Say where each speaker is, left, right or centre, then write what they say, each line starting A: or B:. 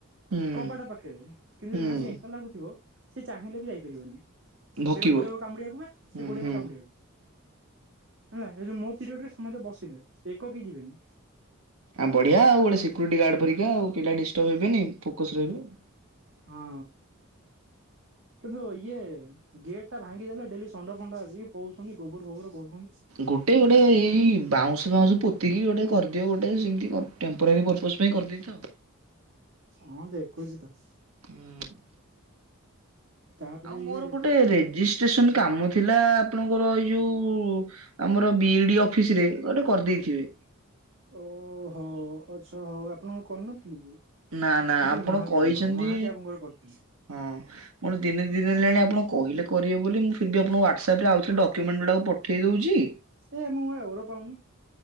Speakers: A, on the right; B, on the right.
A: ହୁଁ।
B: କବାଟ ପାଖରେ କିନ୍ତୁ
A: ହୁଁ
B: ଯାହାକି ଏକ ଲାଗୁଥିବ। ସେ ଚାହିଁଲେ ବି ଯାଇପାରିବନି।
A: ଭୋକିବ
B: ସେ ଗୋଡେଇବ କାମୁଡ଼ି ଆକୁ ବା ସେ
A: ହୁଁ
B: ଗୋଡେଇବ
A: ହୁଁ
B: କାମୁଡ଼ି ଆକୁ ହେ ଏ ଯୋଉ ମୋ ପିରିୟଡ ରେ ସମସ୍ତେ ବସିଲେ ଏକକ ଯିବେନି
A: ଆ ବଢିଆ ଆଉ ଗୋଟେ ସିକ୍ୟୁରିଟି ଗାର୍ଡ ପରୀକା ଆଉ ପିଲା ଡିଷ୍ଟର୍ବ ହେବେନି ଫୋକସ ରହିବ ଆଉ
B: ହଁ କିନ୍ତୁ ଇଏ ଗେଟ ଟା ଭାଙ୍ଗିଦେଲେ ଡେଲି ଫଣ୍ଡ ଆଏ କହୁଉଛନ୍ତି ଗୋବର ଫୋବର କରୁଛନ୍ତି।
A: ଗୋଟେ ଗୋଟେ ଏଇ ବାଉଁଶ ଫାଉଁଶ ପୋତିକି ଗୋଟେ କରିଦିଅବ ଗୋଟେ ସେମତି ଟେମ୍ପରାରୀ ପର୍ପୋଜ ପାଇଁ କରିଦେଇଥ।
B: ହଁ ଦେଖୁଚି ତ।
A: ହୁଁ।
B: ତାପରେ
A: ଆଉ ମୋର
B: ଇଏ
A: ଗୋଟେ ରେଜିଷ୍ଟ୍ରେସନ କାମ ଥିଲା ଆପଣଙ୍କର ଏଇ ଯୋଉ ଆମର ବିଇଡି ଅଫିସରେ ଗୋଟେ କରିଦେଇଥିବେ।
B: ଓହୋ ଆଚ୍ଛା ହୋଉ ଆପଣ କଣ କରିନଥିଲେ କି?
A: ନାଁ ନାଁ
B: ଓ
A: ଆପଣ
B: ସେ ମହାନ୍ତି
A: କହିଚନ୍ତି।
B: ବାବୁଙ୍କର ମହାନ୍ତି ବାବୁଙ୍କର କରିଥିଲି
A: ହଁ କଣ ଦିନେ ଦି ଦିନ ହେଲାଣି ଆପଣ କହିଲେ କରିବେ ବୋଲି। ମୁଁ ଫିରବି ଆପଣଙ୍କୁ ହ୍ୱାଟ୍ଆପ୍ ରେ ଆଉଥରେ ଡାକ୍ୟୁମେଣ୍ଟ ଗୁଡାକ ପଠେଇ ଦୋଉଚି।
B: ସେ ମୁଁ ବା ଓର ପାଉନି।